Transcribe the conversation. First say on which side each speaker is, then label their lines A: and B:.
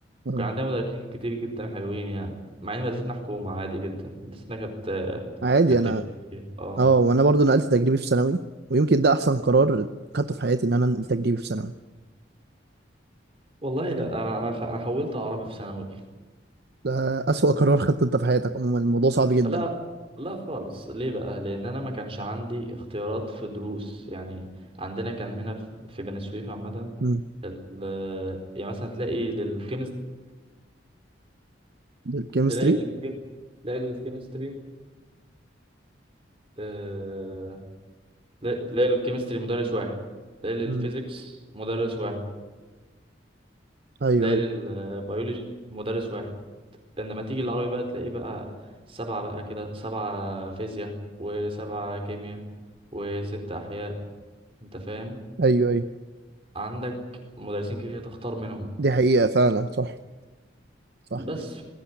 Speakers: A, on the right; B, on the right.
A: آه.
B: كان عندنا مدرسين كتير جدا حلوين يعني مع ان مدرستنا حكومه عادي جدا مدرستنا كانت
A: عادي
B: كانت
A: أنا
B: تجريبية. اه
A: اه وانا برضو نقلت تجريبي في ثانوي ويمكن ده احسن قرار خدته في حياتي ان انا انقل تجريبي في ثانوي
B: والله لا انا انا خ- انا حولت عربي في ثانوي
A: ده اسوأ قرار خدته انت في حياتك عموما الموضوع صعب جدا
B: لا لا خالص ليه بقى لان انا ما كانش عندي اختيارات في دروس يعني عندنا كان هنا في في بني سويف عامه
A: امم
B: ال- يعني مثلا تلاقي للكيمستري
A: الكيمستري
B: تلاقي الكيم... تلاقي الكيمستري آه... تلاقي تلاقي للكيمستري مدرس واحد تلاقي للفيزيكس
A: امم
B: مدرس واحد
A: ايوه
B: تلاقي
A: ايوه
B: للبيولوجي مدرس واحد لما تيجي العربي بقى تلاقيه بقى سبعة بقى كده سبعة فيزياء وسبعة كيمياء وست أحياء أنت فاهم
A: ايوه ايوه
B: عندك مدرسين كتير تختار منهم
A: دي حقيقة فعلا صح صح
B: بس